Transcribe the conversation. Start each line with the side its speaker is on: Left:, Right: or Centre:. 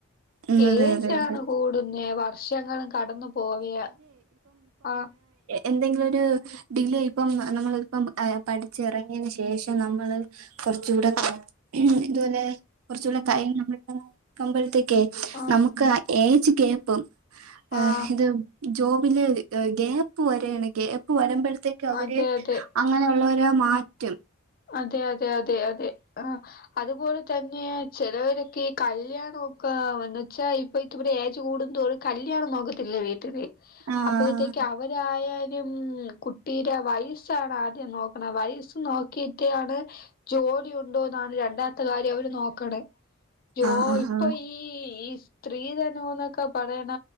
Right: ഉം അതെ
Left: ഏചാണ്
Right: അതെ അതെ
Left: കൂടുന്നേ വർഷങ്ങളും കടന്നു പോവിയ ആഹ
Right: എന്തെങ്കിലര് ഡിലേ ഇപ്പം നമ്മളിപ്പം പഠിച്ച ഇറങ്ങിയു ശേഷം നമ്മൾ കുറച്ചുകൂടെ ഉ ഇതുപോലെ കുറച്ചൂടെ കൈ നമ്മളുടെ ആകുമ്പാഴുതെക്കെ
Left: ആഹ്
Right: നമുക്ക് ഏച് കേപ്പം ആഏ
Left: ആഹ്
Right: ഇത് ജോബില് ഗ്യാപ്പ് വരാണ് ഗ്യപ്പ് വരമ്പ അവര്
Left: അതെ അതെ
Right: അങ്ങനെയുള്ള മാറ്റ റ്ററ്റം
Left: അതെ അതെ അതെ അതെ ആ അതുപോലെ തന്നെ ചെിലവരൊക്കെ ഈ അതുപോലെതന്നെ ചിലവരൊക്കെ കല്യാണംമ ഒക്കെ എന്നന്നവച്ചാ ഇപ്പൊ ഇത്തവിടെ ഏജ് കൂടതോടെ കല്യാണം നോക്കത്തില്ല വീട്ടില്
Right: ആഹ്
Left: അപ്പോഴത്തേക്ക് അവരായ ഉം കുട്ടിയുടെ വയസ്സാണ് ആദ്യം നോക്ക അ വായിസ നോക്കിയിട്ട് ഠാണ് ജോലി ഉണ്ടോ എന്നാണ് രണ്ടാമത്തെ കാര്യം അവ നോക്കണേ ജോ
Right: ആഹ് ആഹ്
Left: ഇപ്പൊ ഈ സ്ത്രീധനം മോക്കെ പഠയണ